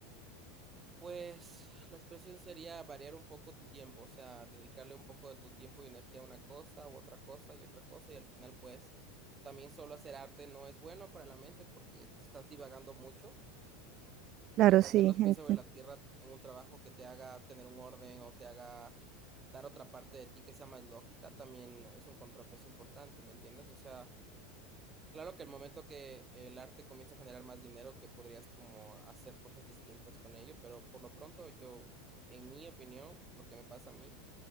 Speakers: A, on the right; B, on the right.
A: pues, la expresión sería variar un poco tu tiempo, o sea, dedicarle un poco de tu tiempo y energía a una cosa, u otra cosa, y otra cosa, y al final, pues, también solo hacer arte no es bueno para la mente porque te estás divagando mucho
B: Claro,
A: y tener
B: sí,
A: los
B: gente.
A: pies sobre la tierra en un trabajo que te haga tener un orden o te haga dar otra parte de ti que sea más lógica, también es un contrapeso importante, ¿me entiendes? O sea, claro que el momento que el arte comienza a generar más dinero, que podrías como hacer cosas distintas con ello, pero por lo pronto yo, en mi opinión, lo que me pasa a mí